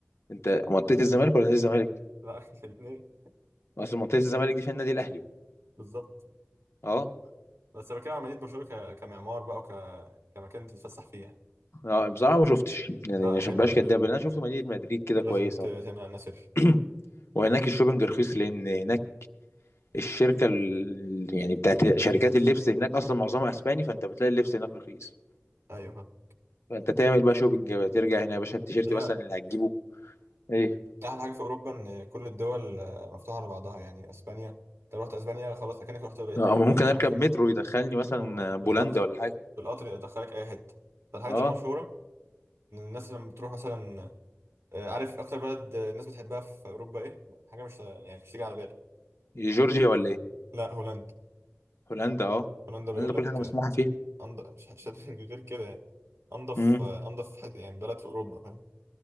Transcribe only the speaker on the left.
انت منطقه الزمالك ولا نادي الزمالك
اصل منطقه الزمالك دي فيها النادي الاهلي
اه
اه بصراحه ما شفتش يعني
عشان
ما بقاش
كداب
اللي انا شفت مدينه مدريد كده
كويسه
وبتاع.
<clears throat> وهناك الشوبنج رخيص لان هناك الشركه ال- يعني بتاعت شركات اللبس هناك اصلا معظمها اسباني فانت بتلاقي اللبس هناك رخيص
فانت تعمل بقى شوبينج بقى ترجع هنا يا باشا التيشيرت
مثلا اللي هتجيبه ايه
اه
أما ممكن
اركب
مترو يدخلني مثلا
بولندا
ولا حاجه
اه
جورجيا ولا ايه
هولندا اه
هولندا
كل حاجه مسموحه
فيها
امم